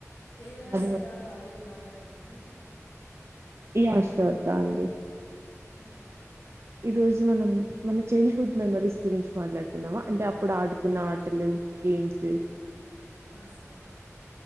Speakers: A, on the left; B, on the right.
A: ఏదైనా
B: అది
A: సరదా టాపిక్ మాట్లాడుకుందామా అండి
B: య సర్ద్ అండి
A: ఆ
B: ఈ రోజు మనం మన చైల్డ్ హుడ్ మెమరీస్ గురించి మాట్లాడుకుందామా అంటే అప్పుడు ఆడుకున్న ఆటలు గేమ్స్
A: సరే అండి